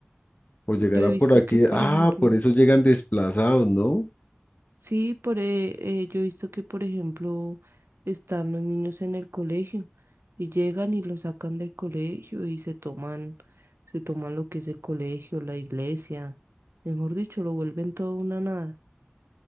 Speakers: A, on the left; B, on the right.
A: O
B: Yo
A: llegará
B: he visto
A: por aquí,
B: que, por
A: ah,
B: ejemplo,
A: por eso llegan desplazados, ¿no?
B: sí, por, e- eh, yo he visto que, por ejemplo, están los niños en el colegio y llegan y los sacan del colegio y se toman, se toman lo que es el colegio, la iglesia, mejor dicho, lo vuelven todo una nada.